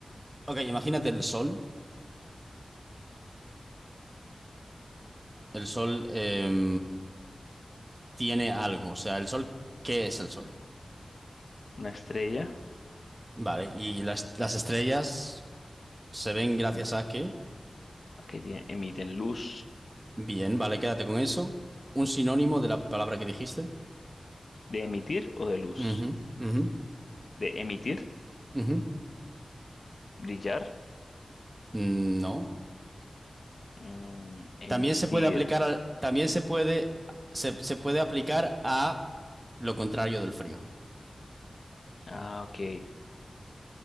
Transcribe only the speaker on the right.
ok, imagínate el sol. El sol em, tiene algo. O sea, el sol, ¿qué es el sol?
Vale, y las, las estrellas se ven gracias
a qué.
Bien, vale, quédate con eso. Un sinónimo de la palabra que dijiste.
Ujú, ujú,
ujú.
Mm, No.
También se puede aplicar al, también se puede, se, se puede aplicar a Lo contrario del frío.